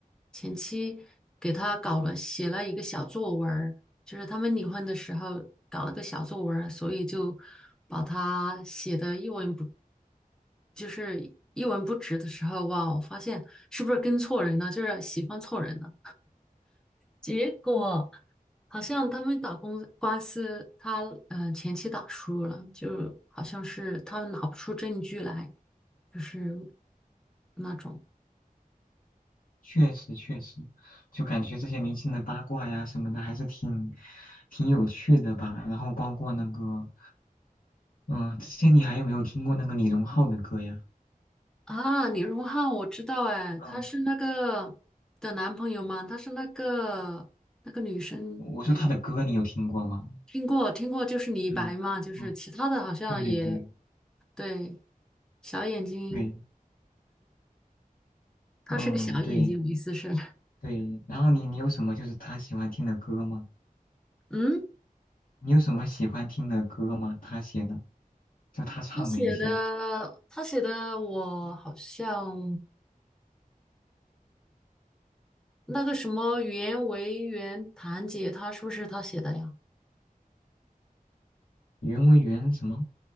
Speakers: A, in the centre; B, on the left (about 65°).
A: 前妻给他搞了写了一个小作文，就是他们离婚的时候搞了个小作文儿所以就把他写的一文不，就是一文不值的时候，哇，我发现是不是跟错人了，就是喜欢错人了。结果好像他们打公官司，他嗯、呃前妻打输了，就好像是他们拿不出证据来，就是那种。
B: 确实确实，就感觉这些明星的八卦呀什么的，还是挺挺有趣的吧。然后包括那个，嗯、之前你还有没有听过那个李荣浩的歌呀？
A: 啊，李荣浩我知道哎，
B: 嗯，
A: 他是那个的男朋友嘛，他是那个那个女生，
B: 我我说他的歌你有听过吗？
A: 哎呀，听过听过，就是李白嘛，
B: 嗯嗯，
A: 就是其他的好像也
B: 对对对
A: 对，小眼睛，
B: 对，
A: 他是个小眼睛，
B: 嗯对
A: 我意思是，
B: 对。然后你你有什么就是他喜欢听的歌吗？
A: 嗯，
B: 你有什么喜欢听的歌吗？他写的，就他唱的一些
A: 他写的他写的我好像那个什么袁惟仁弹吉他是不是他写的呀？
B: 《缘为缘》什么？